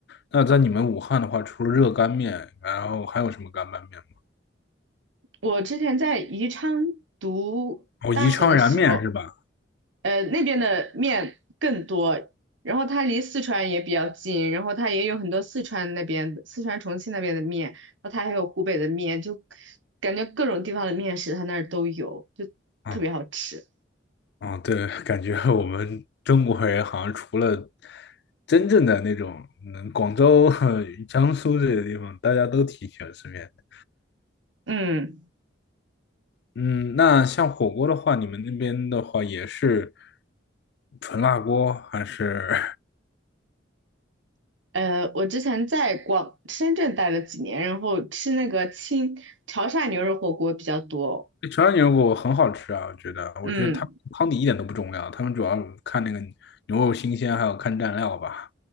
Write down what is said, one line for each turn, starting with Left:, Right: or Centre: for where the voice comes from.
Left: 那在你们武汉的话，除了热干面，然后还有什么干拌面吗？
Right: 我之前在宜昌读大学的时候，
Left: 哦，宜昌燃面是吧？
Right: 呃，那边的面更多，然后它离四川也比较近，然后它也有很多四川那边四川重庆那边的面，然后它还有湖北的面，就感觉各种地方的面食它那儿都有，就特别好吃。
Left: 啊、嗯，对，<laughs> 感觉我们中国人好像除了真正的那种，嗯，广州、<laughs> 江苏这些地方，大家都挺喜欢吃面的。
Right: 嗯。
Left: 嗯，那像火锅的话，你们那边的话也是纯辣锅还是？
Right: 呃，我之前在广深圳待了几年，然后吃那个清潮汕牛肉火锅比较多。
Left: <laughs> 纯辣牛肉锅很好吃啊，我觉得，
Right: 嗯，
Left: 我觉得他汤底一点都不重要，他们主要看那个牛肉新鲜，还有看蘸料吧。